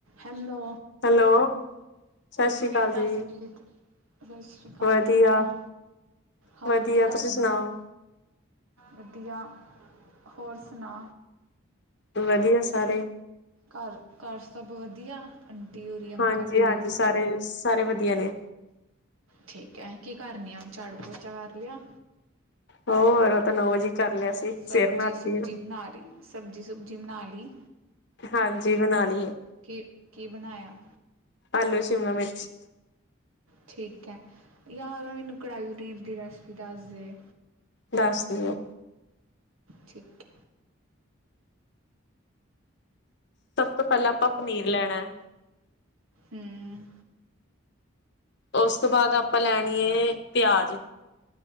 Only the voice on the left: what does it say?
hello ਸਤਿ ਸ੍ਰੀ
ਅਕਾਲ
ਜੀ
ਵਧੀਆ
ਵਧੀਆ
ਤੁਸੀਂ
ਸੁਣਾਓ
ਵਦੀਆ ਸਾਰੇ।
ਹਾਂਜੀ-ਹਾਂਜੀ
ਸਾਰੇ, ਸਾਰੇ ਵਦੀਆ ਨੇ।
ਹੋਰ ਓਹ ਤਾਂ ਨੌ ਵਜੇ ਕਰ ਲਿਆ ਸੀ
ਸਿਰ ਨਹਾਤੀ
ਆ
ਹਾਂਜੀ ਬਣਾ ਲਈਏ,
ਆਲੂ, ਸ਼ਿਮਲਾ ਮਿਰਚ
ਦੱਸ ਦੀਆਂ।
ਸਭ ਤੋਂ ਪੈਹਲਾਂ ਆਪਾਂ ਪਨੀਰ ਲੈਣੈ।
ਉਸ ਤੋਂ ਬਾਦ ਆਪਾਂ ਲੈਣੀ ਏ ਪਿਆਜ਼।